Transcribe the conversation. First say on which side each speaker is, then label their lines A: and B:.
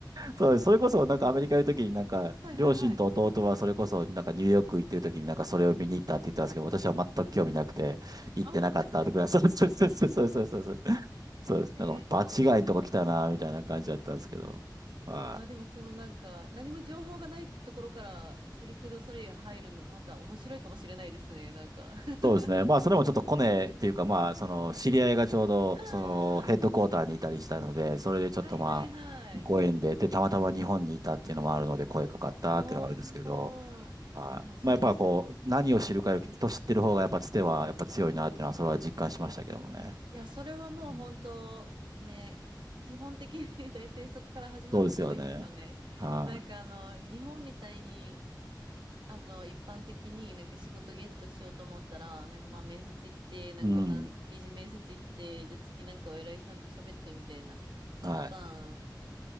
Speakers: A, on the right; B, on the right.
A: そうです。それこそ、なんかアメリカにいるときに、なんか、
B: <laughs> はいはいはい。
A: 両親と弟はそれこそ、なんかニューヨーク行ってるときに、なんかそれを見に行ったって言ったんですけど、私は全く興味なくて、
B: うんうん。
A: 行ってなかったとか、
B: あ、本当ですか
A: そうです、そうです、そうです、そうです、そうです。
B: <laughs>
A: そうです。
B: えー、
A: なんか、
B: そうなんだ。
A: 場違いのとこ来たな、みたいな感じだったんですけど。はい。
B: あ、でもそのなんか、何も情報がないところからシルク・ドゥ・ソレイユ入るの、また面白いかもしれないですね、なんか。<laughs>
A: そうですね。まあ、それもちょっとコネっていうか、まあ、その、知り合いがちょうど、
B: うん
A: その、ヘッドクォーターにいたりしたので、それでちょっとまあ、
B: はいはいはい。
A: ご縁で、で、たまたま日本にいたっていうのもあるので、声かかったっていうのはあるんですけど、
B: おー。
A: はい。
B: まあそうですね。
A: まあ、やっぱこう、何を知るかより、人知ってる方がやっぱつては、やっぱ強いなっていうのは、それは実感しましたけどもね。
B: いや、それはもう本当ね、
A: うん。
B: 基本的に <laughs> 大体そこから始まること多いですよね。
A: そうですよね。は
B: なんかあの、日本みたいにあの、一般的になんか仕事ゲットしようと思ったら、なんかまあ面接行って、なんか何、
A: い。うん。
B: 二次面接行って、じゃあ次なんかお偉いさんと喋ってみたいなパターン
A: はい。